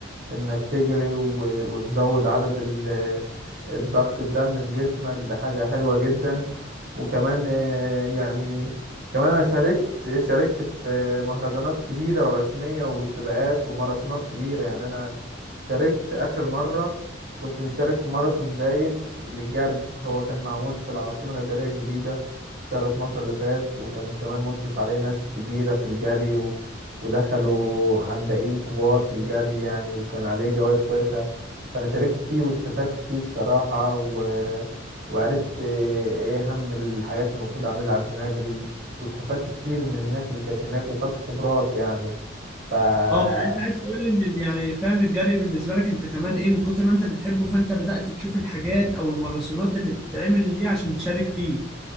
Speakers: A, on the right; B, in the centre.
A: انك تجري و- وتزود عدد ال- الضخ الدم في جسمك ده حاجة حلوة جدا وكمان آه، يعني كمان انا شاركت شاركت في مهرجانات كبيرة ورسمية وسباقات وماراثونات كبيرة يعني انا شاركت اخر مرة كنت مشترك في ماراثون زايد للجري هو كان معمول في العاصمة الإدارية الجديدة شهر 12 اللي فات وكان كمان مشرف عليه ناس كبيرة في الجري و... ودخلوا عدائين كبار في الجري يعني وكان عليه جوائز كويسة فأنا شاركت فيه واستفدت فيه الصراحة و... وعرفت إيه أهم الحاجات اللي المفروض أعملها عشان أجري واستفدت كتير من الناس اللي كانت هناك وخدت خبرات يعني ف... مم.
B: اه يعني أنت عايز تقول لي إن يعني فاهم الجري بالنسبة لك أنت كمان إيه من كتر ما أنت بتحبه فأنت بدأت تشوف الحاجات أو الماراثونات اللي بتتعمل ليه عشان تشارك فيه